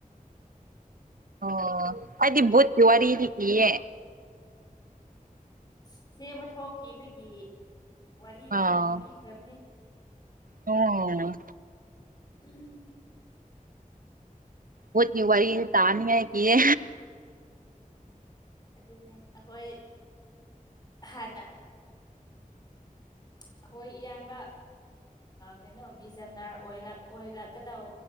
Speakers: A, on the right; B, on the left.
A: ꯑꯣ ꯑꯩꯗꯤ ꯚꯨꯠꯀꯤ ꯋꯥꯔꯤꯗꯤ ꯀꯤꯌꯦ
B: ꯑꯁꯦꯡꯕ ꯊꯣꯛꯈꯤꯕꯒꯤ ꯋꯥꯔꯤ ꯌꯥꯝ
A: ꯑꯥ
B: ꯂꯤꯕꯤꯈ꯭ꯔꯕꯅꯦ
A: ꯑꯣ
B: ꯎꯝ ꯎꯝ
A: ꯚꯨꯠꯀꯤ ꯋꯥꯔꯤ ꯇꯥꯅꯤ ꯍꯥꯏ ꯀꯤꯌꯦ
B: ꯑꯗꯨꯅꯦ ꯑꯩꯈꯣꯏ ꯍꯥꯟꯅ ꯑꯩꯈꯣꯏ ꯏꯌꯥꯝꯕ ꯀꯩꯅꯣ ꯚꯤꯖꯟꯅꯔ ꯑꯣꯏꯔꯛ ꯑꯣꯏꯔꯛꯀꯗꯧ